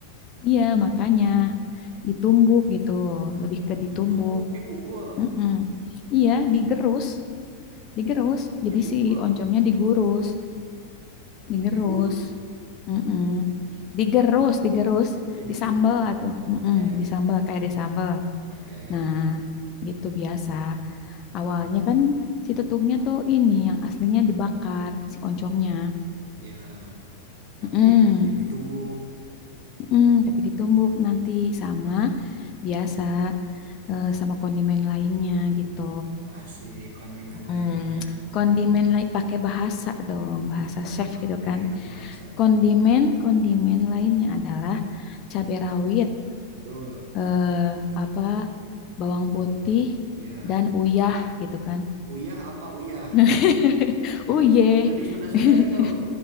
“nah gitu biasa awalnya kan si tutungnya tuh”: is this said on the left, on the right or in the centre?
Left